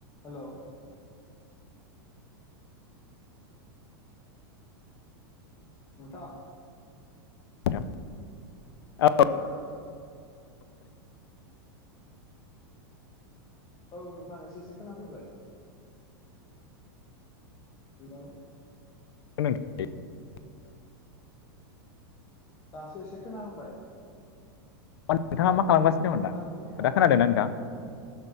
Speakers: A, on the left; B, on the left.
A: Hello. नोंथां।
B: नोंथां औ
A: खोनादों? औ नोंथां एसे एसे खोनाफैबाय हेल'
B: <unintelligible>
A: दासो एसे खोनाहांबाय।
B: अ नोंथाङा मा खालामगासिनो दंमोन
A: नोंथांनि
B: दा?
A: ओ
B: आदा खोनादोंना नोंथां?